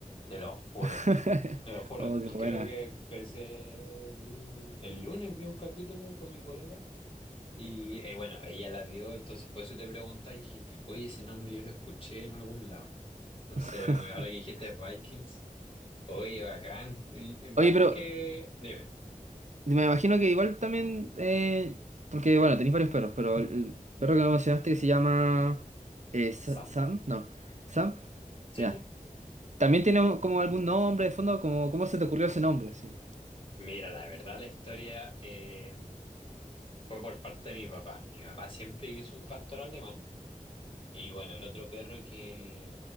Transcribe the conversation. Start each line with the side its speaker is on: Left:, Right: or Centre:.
Left: te lo juro.
Right: <laughs>
Left: Te lo juro,
Right: Oh,
Left: y
Right: qué buena.
Left: creo que empecé el, el lunes, vi un capítulo con mi polola y eh, bueno, ella la vio, entonces por eso te pregunté y dije, oye, ese nombre yo lo escuché en algún lado. Entonces,
Right: <laughs>
Left: ahora que dijiste Vikings, oye, bacán, y- y bacán
Right: Oye, pero
Left: que... Dime,
Right: me imagino que igual también, eh, porque bueno, tenéis varios perros, pero el, el perro que me mencionaste que se llama eh, Sa-
Left: Sam.
Right: Sam, no, Sam,
Left: Sí,
Right: ya.
Left: sí.
Right: ¿También tiene como algún nombre de fondo? Como, ¿cómo se te ocurrió ese nombre? Sí.
Left: Mira, la verdad la historia eh, fue por parte de mi papá. Mi papá siempre quiso un pastor alemán. Y bueno, el otro perro que